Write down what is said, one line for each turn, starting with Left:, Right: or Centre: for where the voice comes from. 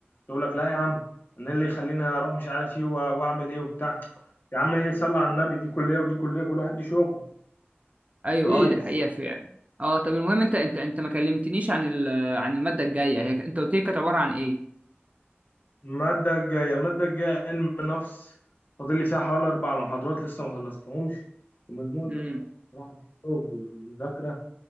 Left: يقول لك لا يا عم انا اللي يخليني اروح مش عارف ايه وأ- واعمل ايه وبتاع يا عم ايه صلى على النبي دي كليه ودي كليه كل واحد ليه شغل
Right: ايوه
Left: مفيش
Right: اه دي حقيقه فعلا اه طب المهم انت انت انت ما كلمتنيش عن ال- عن الماده الجايه هي ك- انت قلت لي كانت عباره عن ايه
Left: الماده الجايه الماده الجايه علم نفس فاضل لي فيها حوالي اربع محاضرات لسه ما خلصتهمش ومزنوق زي
Right: امم
Left: انا ماشي بصراحه في الشغل وفي المذاكره